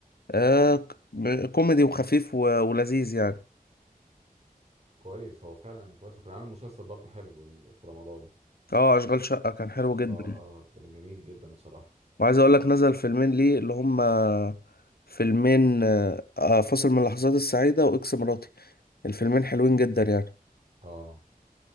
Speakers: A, on the left; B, on the right.
A: آه ك- كوميدي وخفيف و- ولذيذ يعني
B: كويس هو فعلا كويس وكان عامل مسلسل برضو حلو من- في رمضان
A: اه اشغال شقة كان حلو جدا
B: اه اه كان جميل جدا بصراحة
A: وعايز اقول لك نزل فيلمين ليه اللي هما فيلمين آه، آه، فاصل من اللحظات السعيدة واكس مراتي الفيلمين حلوين جدا يعني
B: اه